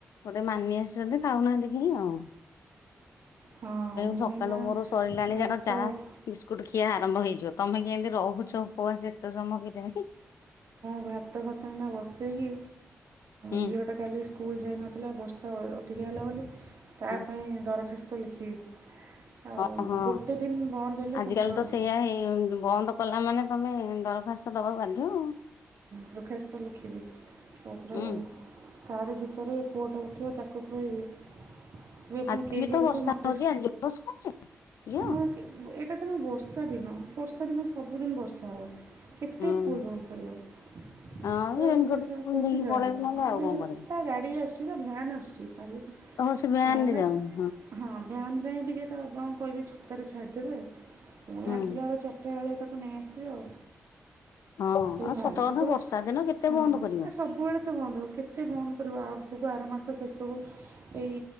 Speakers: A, on the left (about 85°); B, on the right (about 65°).
A: ଗୋଟେ ମାନି ଆସିଛନ୍ତି। ଖାଉନାହାନ୍ତି କେହି ଆଉ
B: ହଁ ମୁଁ
A: <inaudible> ସକାଳୁ
B: ଏଇନା
A: ମୋର ସରିଲାଣି
B: ଭାତ
A: ଜାଣ ଚାହା ବିସ୍କୁଟ ଖିଆ ଆରମ୍ଭ ହେଇଯିବ ତମେ କେମିତି ରହୁଛ ଉପବାସ ଏତେ ସମୟ କେଜାଣି?
B: ଆ ଭାତ ଭାତଫାତ ଏୟିନା ବସେଇକି
A: ହୁଁ।
B: ଝିଅଟା କାଲି ସ୍କୁଲ୍ ଯାଇନ ଥିଲା ବର୍ଷା ଅଧିକା ହେଲା ବୋଲି ତା
A: ହୁଁ
B: ପାଇଁ ଦରଖାସ୍ତ ଲେଖିବି। ଆଉ
A: ଓହଁ
B: ଗୋଟେ ଦିନ ବନ୍ଦ ହେଲେ
A: ଆଜିକାଲି
B: ତାଙ୍କର
A: ତ
B: ହଁ,
A: ସେଇଆ ହେଇ ବନ୍ଦ। କଲା ମାନେ ତମେ ଦରଖାସ୍ତ ଦବାକୁ ବାଧ୍ୟ।
B: ଦରଖାସ୍ତ ଲେଖିବି ତାପରେ
A: ହୁଁ
B: ତାରି ଭିତରେ ପୁଅଟା ଉଠିବ ତାକୁ ଖୁଆଇବି। ସେ ପୁଣି
A: ଆଜି
B: କେଁ
A: ବି
B: କେଁ
A: ତ
B: ହେଉଥିବ
A: ବର୍ଷା
B: ମୋତେ
A: ହଉଛି ଆଜି ଉପବାସ କରୁଛି। ଝିଅ
B: ହଁ ଏଇଟା ତମ ବର୍ଷା ଦିନ ବର୍ଷା ଦିନ ସବୁଦିନ ବର୍ଷା ହେଉ। କେତେ
A: ହୁଁ।
B: ସ୍କୁଲ ବନ୍ଦ କରିବ।
A: ହଁ
B: ତ
A: ରେନିକୋଟ
B: ମୁଁ ସେଥିପାଇଁ
A: ପିନ୍ଧିକି
B: କହୁଛି ଯା
A: ପଳେଇବୁ ନହେଲେ
B: ବୋଲି
A: କଣ
B: ଆଉ ନାଇ
A: କରିବୁ।
B: ତା ଗାଡିରେ ଆସ ସେ ତା ଭାନ ଆସୁଛି କାଲି
A: ଓହୋ ସେ ଭ୍ୟାନରେ
B: ଭାନ
A: ଯାଉନି
B: ଆସ ହଁ ଭାନ ଯାଏଁ ଟିକେ ତା ବାପାଙ୍କୁ କହିବି ଛତାରେ ଛାଡ଼ିଦେବେ ଆଉ। ପୁଣି
A: ହୁଁ।
B: ଆସିଲା ବେଳକୁ ଚାରିଟା ବେଳେ ତାକୁ ନେଇ ଆସିବେ ଆଉ।
A: ହଁ
B: ସେଇ
A: ଆଉ
B: ଭାନ
A: ସତ
B: ପାଖରୁ
A: କଥା ବର୍ଷା ଦିନ କେତେ
B: ହଁ ଏ
A: ବନ୍ଦ
B: ସବୁ।
A: କରିବ।
B: ସବୁବେଳେ ତ ବନ୍ଦ ହେବ କେତେ ବନ୍ଦ କରିବ ଆଗକୁ ଆର ମାସ ଶେଷକୁ ଏଇ